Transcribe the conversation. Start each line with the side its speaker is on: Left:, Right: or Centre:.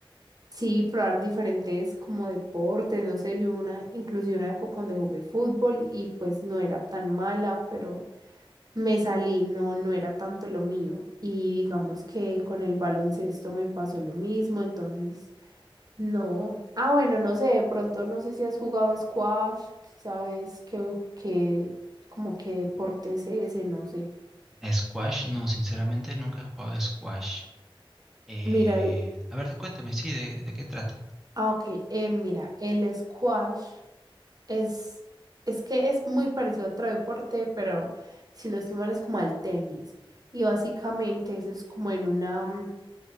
Right: Sí, probar diferentes como deportes, no sé, yo una, inclusive una época donde jugué fútbol y pues no era tan mala, pero me salí, no, no era tanto lo mío. Y digamos que con el baloncesto me pasó lo mismo, entonces no. Ah, bueno, no sé, de pronto no sé si has jugado squash, si sabes qué, qué, como qué deporte es ese, no sé.
Centre: Squash, no, sinceramente nunca he jugado squash. Eh,
Right: Mira, el,
Centre: a ver, cuéntame, sí, de, de qué trata.
Right: ah, ok, eh, mira, el squash. Es, es que es muy parecido a otro deporte, pero si no estoy mal es como al tenis. Y básicamente eso es como en una,